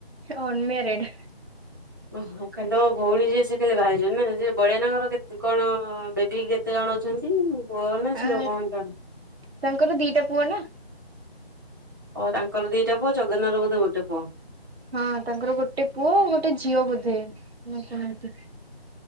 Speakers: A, on the right (about 75°); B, on the right (about 20°).
A: Unmarried.
B: ଓହଁ ଖାଲି ତମ ଭଉଣୀ ଯିଏ ସେ ଖାଲି ବାହା ହେଇଚନ୍ତି ନା ସେ ବଳିଆ ନାଙ୍କର କେ କଣ ହଁ <inaudible> କେତେ ଜଣ ଅଛନ୍ତି ପୁଅ ନା ଝିଅ
A: ଆ
B: କଣ କ
A: ତାଙ୍କର ଦିଟା ପୁଅ ନା
B: ଓ ତାଙ୍କର ଦିଟା ପୁଅ ଜଗନ ର ବୋଧେ ଗୋଟେ ପୁଅ।
A: ହଁ ତାଙ୍କର ଗୋଟେ ପୁଅ ଗୋଟେ ଝିଅ ବୋଧେ। <inaudible>